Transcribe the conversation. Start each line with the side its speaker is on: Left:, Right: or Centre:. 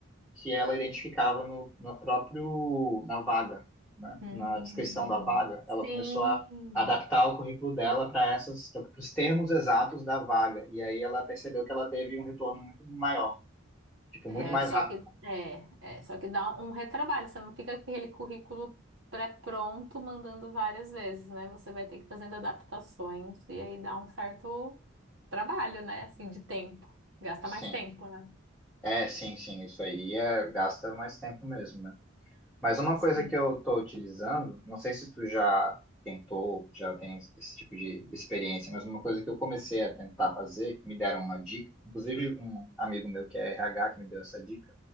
Centre: que ela identificava no, no próprio, na vaga, né?
Right: Hum.
Centre: Na descrição da vaga, ela
Right: Sim.
Centre: começou a adaptar o currículo dela para essas, para os termos exatos da vaga. E aí ela percebeu que ela teve um retorno muito maior, tipo,
Right: É,
Centre: muito mais
Right: só
Centre: rápido.
Right: que é, é, só que dá um retrabalho, você não fica com aquele currículo pré-pronto mandando várias vezes, né? Você vai ter que ir fazendo adaptações e aí dá um certo trabalho, né? Assim, de tempo. Gasta mais
Centre: Sim.
Right: tempo, né?
Centre: É, sim, sim, isso aí é, gasta mais tempo mesmo, né? Mas uma
Right: Sim.
Centre: coisa que eu estou utilizando, não sei se tu já tentou, já tem esse tipo de experiência, mas uma coisa que eu comecei a tentar fazer, que me deram uma dica, inclusive um amigo meu que é RH que me deu essa dica,